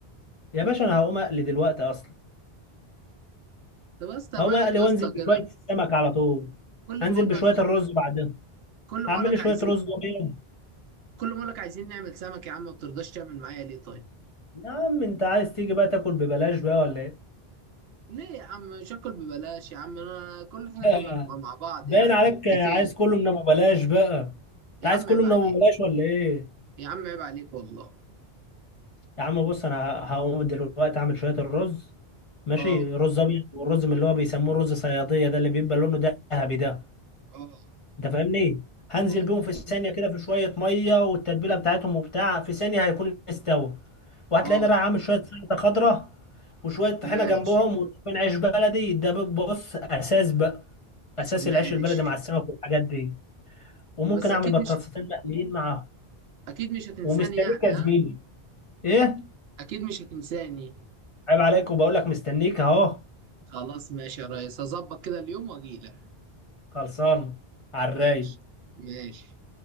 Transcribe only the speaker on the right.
طب يا اسطى
مالك
يا
اسطى كده
كل
ما اقول
لك
كل
ما اقول لك
عايزين
كل ما اقول لك عايزين نعمل سمك يا عم ما بترضاش تعمل معايا ليه طيب
ليه يا عم مش هاكل ببلاش يا عم انا كل حاجه
كنا نبقى مع بعض
يعني
متفقين
يا
عم
عيب
عليك
يا عم عيب عليك والله
اه
اه
اه
اه
ماشي
ماشي
بس اكيد
مش
اكيد مش هتنساني
يعني
ها
اكيد مش هتنساني
خلاص ماشي يا ريس هظبط كده اليوم واجيلك
ماشي ماشي